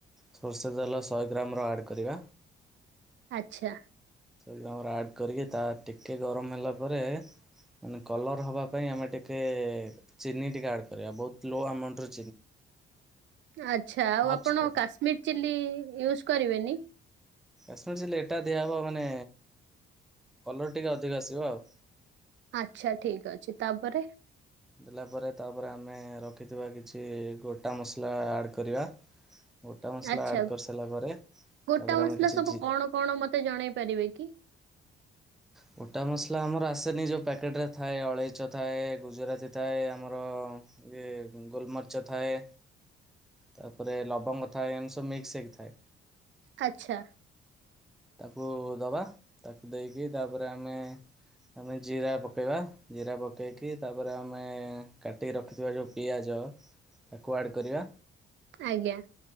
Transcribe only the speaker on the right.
ଆଚ୍ଛା।
ଆଛା ଆଉ
ଆପଣ
କାଶ୍ମୀର ଚିଲ୍ଲି ୟୁଜ୍ କରିବେନି?
ଆଚ୍ଛା ଠିକ୍ ଅଛି ତାପରେ
ଆଛା।
ଗୋଟା
ମସଲା
ସବୁ
କଣ କଣ ମତେ ଜଣେଇ ପାରିବେ କି?
ଆଚ୍ଛା।
ଆଜ୍ଞା।